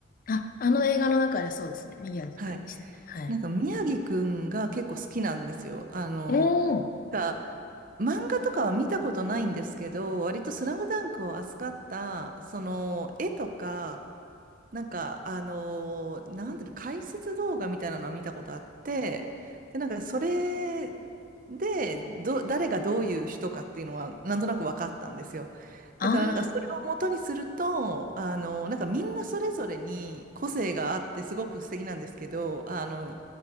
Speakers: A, on the left; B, on the right.
A: あ、あの映画の中でそうですね。宮城くんでしたね。
B: はい。
A: はい。
B: なんか宮城くんが結構好きなんですよ。あの、
A: おー、
B: が漫画とかは見たことないんですけど、割とスラムダンクを扱った、その、絵とか、なんか、あのーなんていうの、解説動画みたいなのは見たことあって、で、なんか、それで、ど、誰がどういう人かっていうのは、なんとなく分かったんですよ。
A: あ
B: だから、なんか、それを元にすると、あのーなんか、みんなそれぞれに個性があって、すごく素敵なんですけど、あの、